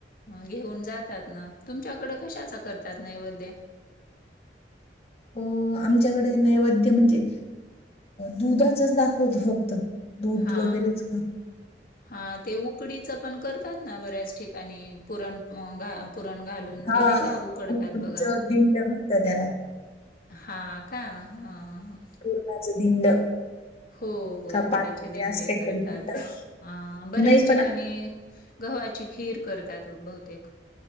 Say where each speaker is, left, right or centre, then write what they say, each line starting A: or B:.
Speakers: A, on the left; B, on the left.
A: घेऊन जातात ना तुमच्याकडं कशाचा करतात नैवेद्य
B: अ, आमच्याकडे नैवेद्य म्हणजे दुधाचच दाखवतो फक्त दूध
A: हा.
B: वगैरेच घेऊन
A: हा ते उकडीचं पण करतात ना बऱ्याच ठिकाणी पुरण घा. पुरण घालून
B: हा
A: ते नाही का उकडतात
B: उकडीचं
A: बघा.
B: दिंड म्हणतात त्याला
A: हा का हा.
B: पूर्णाच दिंड.
A: हो हो
B: का
A: उकडीचे
B: पाठपोळी
A: दिंडे
B: असं काहीतरी
A: करतात
B: म्हणतात
A: अ बऱ्याच
B: नाही
A: ठिकाणी
B: पण
A: गव्हाची खीर करतात बहुतेक